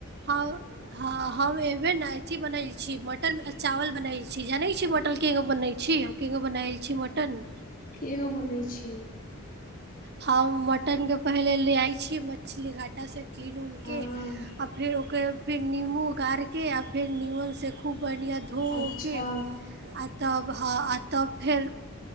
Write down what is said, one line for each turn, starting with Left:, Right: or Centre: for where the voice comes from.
Right: हां हां हम ए बेर नै एथी बनैल छी मटन चावल बनैल छी, जानै छी मटल के बनै छी। केगो बनाएल छी मटन।
Left: केओ बोलै छी?
Right: हम मटन पहिले ले आइ छी, मछली घाटा से किन उन
Left: हँ
Right: के आर फेर ओकरे फेर निम्बू गारके आ फेर नीमनसँ खूब बढ़िआँ धोेकै
Left: अच्छा
Right: तब ह आ तब फेर